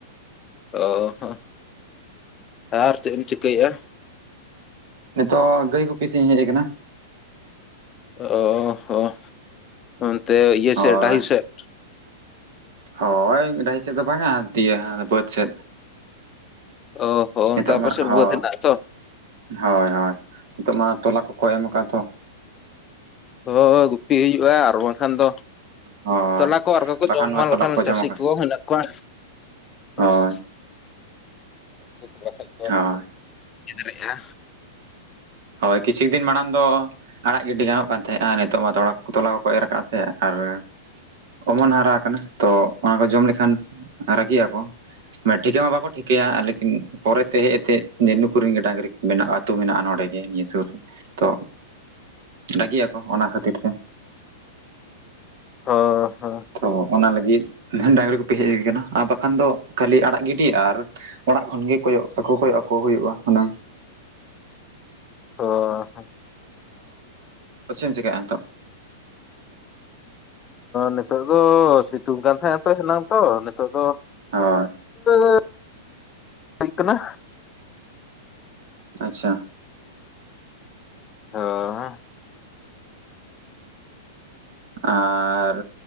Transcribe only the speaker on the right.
ᱱᱤᱛᱚᱜ ᱜᱟᱹᱭ ᱠᱚᱯᱤ ᱥᱮᱫ ᱤᱧ ᱦᱮᱡ ᱠᱟᱱᱟ
ᱦᱳᱭ
ᱦᱳᱭ ᱰᱟᱹᱦᱤ ᱥᱮᱫ ᱫᱚ ᱵᱟᱝᱟ ᱤᱭᱟᱹ ᱵᱟᱹᱫᱽ ᱥᱮᱫ
ᱱᱤᱛᱚᱜ
ᱢᱟ
ᱦᱳᱭ
ᱦᱳᱭ ᱦᱳᱭ ᱱᱤᱛᱚᱜ ᱢᱟ ᱛᱚᱞᱟ ᱠᱚ ᱠᱚ ᱮᱢ ᱟᱠᱟᱫ ᱛᱚ
ᱦᱳᱭ
ᱵᱟᱠᱷᱟᱱ
ᱢᱟ
ᱛᱚᱞᱟ
ᱠᱚᱠᱚ ᱡᱚᱢ
ᱟᱠᱟᱫ
ᱦᱳᱭ
ᱦᱳᱭ
ᱦᱳᱭ ᱠᱤᱪᱷᱩ ᱫᱤᱱ ᱢᱟᱲᱟᱝ ᱫᱚ ᱟᱲᱟᱜ ᱜᱤᱰᱤ ᱜᱟᱱᱚᱜ ᱠᱟᱱ ᱛᱟᱦᱮᱸᱫᱼᱟ ᱱᱤᱛᱚᱜ ᱢᱟ ᱛᱚᱲ ᱛᱚᱞᱟ ᱠᱚᱠᱚ ᱮᱨ ᱟᱠᱟᱫᱼᱟ ᱥᱮ ᱟᱨ ᱦᱚᱭ ᱚᱢᱚᱱ ᱦᱟᱨᱟ ᱟᱠᱟᱱᱟ ᱛᱚ ᱚᱱᱟ ᱠᱚ ᱡᱚᱢ ᱞᱮᱠᱷᱟᱱ ᱨᱟᱹᱜᱤᱜ ᱟᱠᱚ ᱢᱤᱫ ᱴᱷᱤᱠᱟᱹ ᱢᱟ ᱵᱟᱠᱚ ᱴᱷᱤᱠᱟᱹᱭᱟ ᱞᱮᱠᱤᱱ ᱴᱷᱤᱠᱟ ᱢᱟ ᱵᱟᱠᱚ ᱪᱷᱤᱠᱟᱭᱟ ᱞᱤᱡᱳᱱ ᱯᱚᱨᱮᱛᱮ ᱦᱮᱡ ᱟᱛᱮᱫ ᱡᱮ ᱱᱩᱠᱩ ᱨᱮᱱ ᱜᱮ ᱰᱟᱝᱨᱤ ᱢᱮᱱᱟᱜᱼᱟ ᱟᱹᱛᱩ ᱢᱮᱱᱟᱜᱼᱟ ᱱᱚᱸᱰᱮ ᱜᱮ ᱱᱤᱭᱟᱹ ᱥᱩᱨ ᱨᱮ ᱛᱚ ᱨᱟᱹᱜᱤᱭᱟᱠᱚ ᱚᱱᱟ ᱠᱷᱟᱹᱛᱤᱨ ᱛᱮ
ᱛᱚ ᱚᱱᱟ ᱞᱟᱹᱜᱤᱫ ᱰᱟᱝᱨᱤ ᱠᱩᱯᱤ ᱦᱮᱡ ᱦᱳᱭ ᱟᱠᱟᱱᱟ ᱟᱨ ᱵᱟᱠᱷᱟᱱ ᱫᱚ ᱠᱷᱟᱹᱞᱤ ᱟᱲᱟᱜ ᱜᱤᱰᱤ ᱟᱨ ᱚᱲᱟᱜ ᱠᱷᱚᱱ ᱜᱮ ᱠᱚ ᱠᱚᱭᱚᱜ ᱟᱠᱚ ᱠᱚᱚᱜ ᱟᱠᱚ ᱦᱩᱭᱩᱜᱼᱟ ᱦᱩᱱᱟᱹᱝ
ᱦᱳᱭ ᱪᱤᱢ ᱪᱮᱠᱟᱭᱼᱟ ᱱᱤᱛᱳᱜ
ᱦᱳᱭ
ᱟᱪᱪᱷᱟ
ᱟᱨ